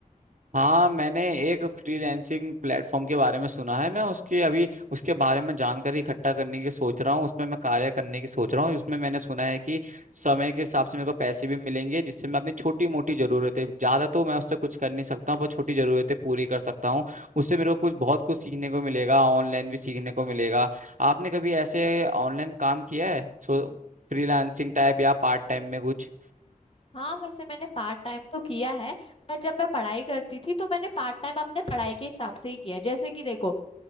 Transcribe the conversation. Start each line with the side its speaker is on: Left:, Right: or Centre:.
Right: हाँ मैंने एक फ्रीलैंसिंग प्लेटफॉर्म के बारे में सुना है मैं उसके अभी उसके बारे में जानकारी इकट्ठा करने की सोच रहा हूँ उसमें मैं कार्य करने की सोच रहा हूँ उसमें मैंने सुना है कि समय के हिसाब से मेरे को पैसे भी मिलेंगे जिससे मैं अपनी छोटी मोटी ज़रूरतें ज़्यादा तो मैं उससे कुछ कर नहीं सकता हूँ पर छोटी ज़रूरतें पूरी कर सकता हूँ उससे मेरे को कुछ बहुत कुछ सीखने को मिलेगा ऑनलाइन भी सीखने को मिलेगा आपने कभी ऐसे ऑनलाइन काम किया है सो फ्रीलांसिंग टाइप या पार्ट टाइम में कुछ
Left: हाँ वैसे मैंने पार्ट टाइम तो किया है पर जब मैं पढ़ाई करती थी तो मैंने पार्ट टाइम अपने पढ़ाई के हिसाब से ही किया जैसे कि देखो